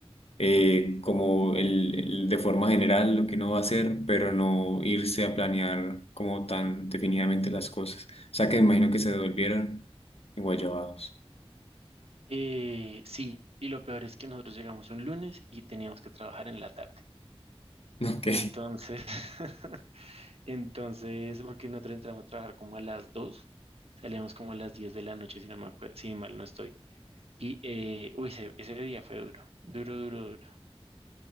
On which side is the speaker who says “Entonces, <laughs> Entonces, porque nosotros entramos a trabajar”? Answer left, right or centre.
Right